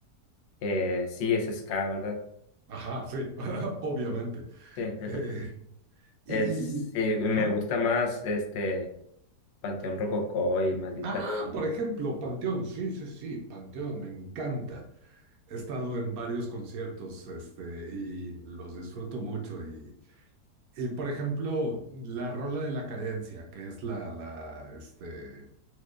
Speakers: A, on the left (about 60°); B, on the right (about 65°).
A: Eh, sí, es ska, ¿verdad?
B: Ajá, sí, <laughs> obviamente.
A: Sí, ajá.
B: Eh, y,
A: es,
B: y- y-
A: sí, me
B: ajá.
A: gusta más este Panteón Rococó y Maldita.
B: Ah,
A: Vecindad.
B: por ejemplo, Panteón, sí, sí, sí, Panteón, me encanta. He estado en varios conciertos este, y los disfruto mucho. Y, y, por ejemplo, la rola de la carencia, que es la, la, este,